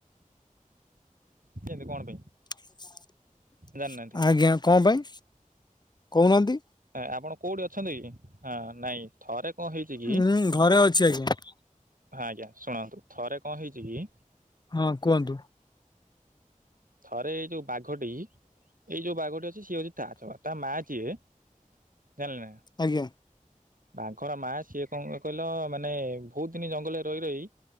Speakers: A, on the right (about 80°); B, on the left (about 30°).
A: କେମିତି କଣ ପାଇଁ
B: <inaudible>
A: ଜାଣିନାହାନ୍ତି
B: ଆଜ୍ଞା କଣ ପାଇଁ। କହୁନାହାନ୍ତି।
A: ଆପଣ କୋଉଠି ଅଛନ୍ତି। ହ ନାଇଁ ଥରେ କଣ ହେଇଛି କି
B: ହୁଁ ଘରେ ଅଛି ଆଜ୍ଞା।
A: ହଁ ଆଜ୍ଞା ଶୁଣନ୍ତୁ ଥରେ କଣ ହେଇଛି କି?
B: ହଁ କୁହନ୍ତୁ।
A: ଥରେ ଏଇ ଯୋଉ ବାଘଟି ଏଇ ଯୋଉ ବାଘଟି ଅଛି। ସିଏ ହଉଛି ତା ଛଆ ତା ମା ଯିଏ ଜାଣିଲେନା।
B: ଆଜ୍ଞା
A: <inaudible> ବାଘର ମା ସିଏ କଣ କହିଲ ମାନେ ବହୁତ ଦିନ ଜଙ୍ଗଲରେ ରହି ରହି